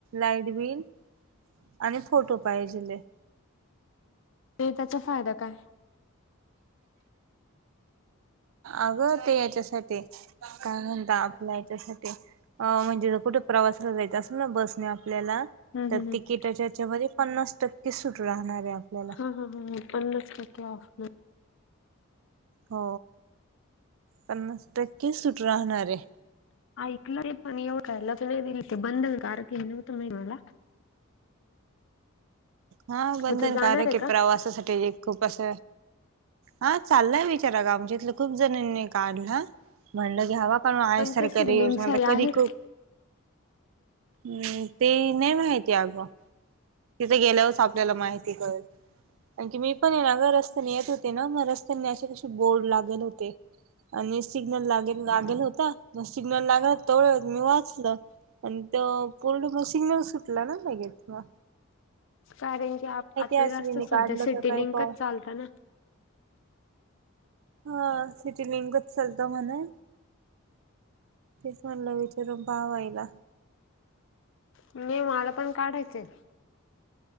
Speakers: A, on the right (about 65°); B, on the left (about 60°).
A: लाइट बिल, आणि फोटो पाहिजेलये.
B: ते त्याचा फायदा काय?
A: अगं ते याच्यासाठी काय म्हणता आपला याच्यासाठी अ म्हणजे कुठे प्रवासाला जायचं असेल ना बसने आपल्याला
B: हम्म
A: त्या
B: हम्म हम्म
A: तिकीटाच्या हेच्या मध्ये पन्नास टक्के सुट राहणार ये आपल्याला.
B: हं हं हं पन्नास टक्के ऑफ.
A: हो, पन्नास टक्के सुट राहणार ये.
B: आयकलय पण एवढं लगलं विल ते बंधनकारक हे नव्हतं माहीत मला.
A: हा बंधनकारक
B: मग तू जाणार आहे
A: ये
B: का
A: प्रवासासाठी खूप अस. हा चाललाय विचार आज आमच्यातलं खूप जणांनी काढला, म्हणलं घ्यावा पण आहे सरकारी
B: ते सिडलिंग्स
A: योजना
B: ह्याला
A: तर कधी
B: आहेत
A: क हम् ते नाही माहिती आ ग. तिथे गेल्यावरच आपल्याला माहिती कळेल. आणखी मी पण ये ना ग रस्त्याने येत होते ना मग रस्त्याने अशी कशी बोर्ड लागल होते आणि सिग्नल लागेल लागेल होता, म सिग्नल लागत तोळत मी वाचलं, आणि तो पूर्ण म सिग्नल सुटला ना लगेच म.
B: कारण की आता
A: असेल
B: जास्त
A: हिने
B: सध्या
A: काढलं
B: सिटी
A: का काय
B: लिंकच
A: पाहू
B: चालतं ना.
A: हा सिटी लिंकच चालत म्हणा. तेच म्हणल विचारून पाहाव हिला.
B: नाही मला पण काढायचंय